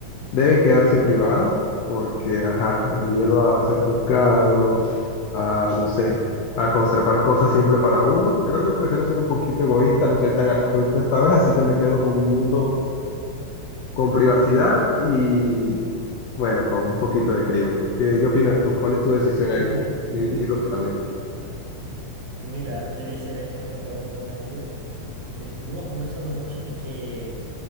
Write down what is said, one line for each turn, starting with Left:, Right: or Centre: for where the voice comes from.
Left: deben quedarse privadas, porque, ajá, el miedo a ser juzgado, a, no sé, a conservar cosas siempre para uno. Creo que prefiero ser un poquito egoísta, no soy tan altruista esta vez, así que me quedo con un mundo con privacidad y, bueno, con un poquito de crimen. ¿Qué, qué opinas tú? ¿Cuál es tu decisión
Right: <laughs>
Left: ahí? Di- Ilústrame.
Right: Mira, yo le hice la- esta misma pregunta a un amigo y estuvimos conversando mucho de que,